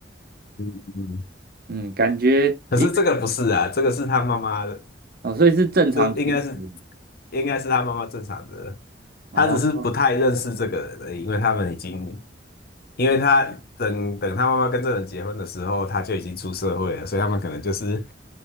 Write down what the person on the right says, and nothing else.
嗯，感觉一个
哦，所以是正常情节。
哦